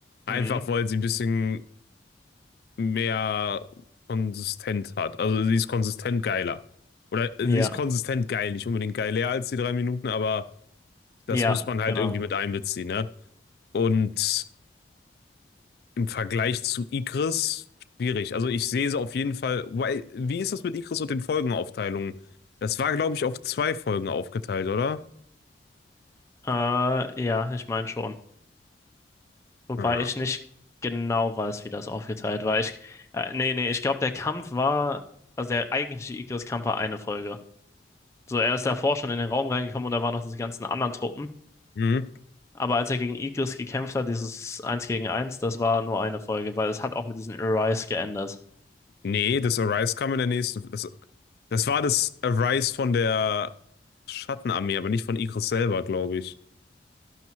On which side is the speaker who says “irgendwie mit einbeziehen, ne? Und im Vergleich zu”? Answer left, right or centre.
Left